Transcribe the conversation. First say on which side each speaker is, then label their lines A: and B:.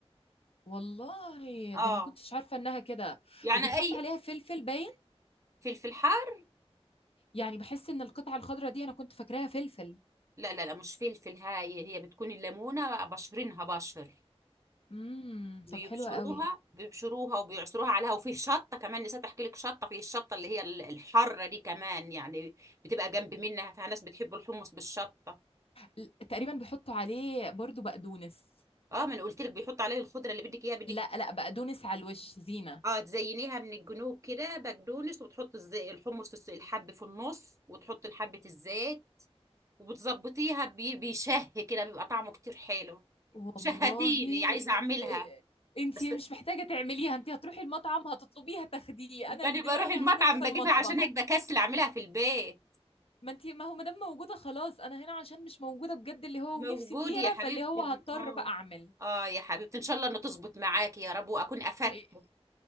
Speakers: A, on the left; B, on the right.
A: والله
B: اه
A: ده انا ما كنتش عارفه انها كده
B: يعني
A: وبيتحط
B: اي
A: عليها فلفل باين
B: فلفل حار
A: يعني بحس ان القطعه الخضره دي انا كنت فاكراها فلفل
B: لا لا لا مش فلفل هاي هي بتكون الليمونه بشرينها بشر
A: امم
B: بيبشروها
A: طب حلو قوي
B: بيبشروها وبيعصروها عليها وفي شطه كمان نسيت احكي لك شطه في الشطه اللي هي ال- الحاره دي كمان يعني بتبقى جنب منها فناس بتحب الحمص بالشطه
A: ل- تقريبا بيحطوا عليه برضو بقدونس
B: اه ما انا قلت لك بيحط عليه الخضره اللي بدك اياها بدك
A: لا لا بقدونس على الوش زينة
B: اه تزينيها من الجنوب كده بقدونس وتحط الز- الحمص الس- الحب في النص وتحط حبة الزيت وبتظبطيها بي- بيشه كده بيبقى طعمه كتير حلو
A: والله
B: شهتيني عايزة
A: إيه-
B: اعملها
A: انتي
B: بس
A: مش محتاجة تعمليها انتي هتروحي المطعم هتطلبيها تاخديه انا
B: انا
A: اللي دلوقتي
B: بروح المطعم
A: هحتس في
B: بجيبها
A: المطبخ
B: عشان هيك بكسل اعملها في البيت
A: ما انتي ما هو ما دام موجودة خلاص انا هنا عشان مش موجودة بجد اللي هو
B: موجود
A: ونفسي فيها
B: يا حبيبتي
A: فاللي هو هضطر
B: اه
A: بقى اعمل
B: اه يا حبيبتي ان شاء الله انه تظبط معاكي يا رب واكون افدته
A: إيه-